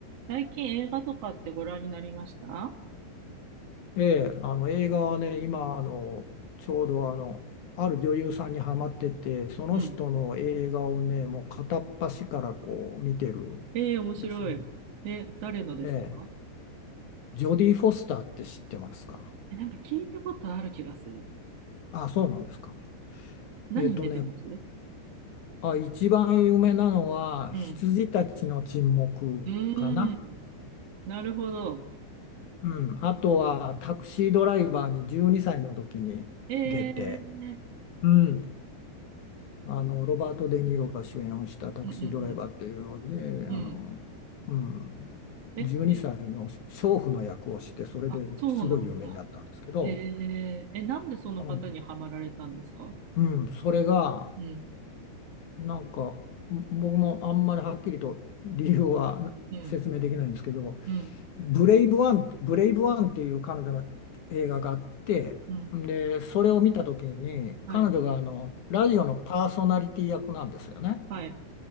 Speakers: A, on the right; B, on the left.
A: 最近映画とかってご覧になりました
B: ええ、あの映画はね、今あの、ちょうどあの、ある女優さんにハマってて、その人の映画をね、
A: うん。
B: もう片っ端からこう見てるん
A: ええ、面白い。
B: ですね。
A: え、誰のですか
B: ええ、ジョディ・フォスターって知ってますか
A: え、なんか聞いたことある気がする。
B: あ、そうなんですか。
A: 何に出てます
B: えっとね、あ、一番有名なのは、
A: うん。
B: 羊たちの沈黙かな。
A: うーん。なるほど。
B: うん、あとは、タクシードライバーに12歳の時に出て、
A: ええ、
B: うん、あの、ロバート・デ・ニーロが主演をしたタクシードライバーっていうので、
A: うんうんうん。うん。
B: あの、うん、
A: え、
B: 12歳の娼婦の役をして、
A: それ
B: それですごい有名になったんですけど、
A: あ、そうなんだ。ええ、え、なんでその方にハマられたんですか
B: うん、うん、それが、
A: うん、
B: なんか、僕もあんまりはっきりと理由は説明できないんですけど、
A: うん、うん、
B: ブレイブワン、ブレイブワンっていう彼女の映画があって、
A: うん。
B: で、それを見たときに、
A: はい、
B: 彼女があの、ラジオのパーソナリティ役なんですよね。
A: はい、